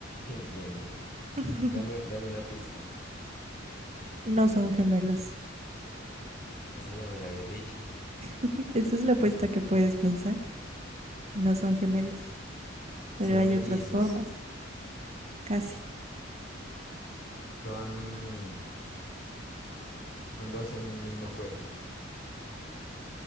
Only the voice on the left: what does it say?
Entiendo.
Dame, dame una pista.
Esa ya me la habías dicho.
Son
mellizos,
son, son dos en un mismo cuerpo.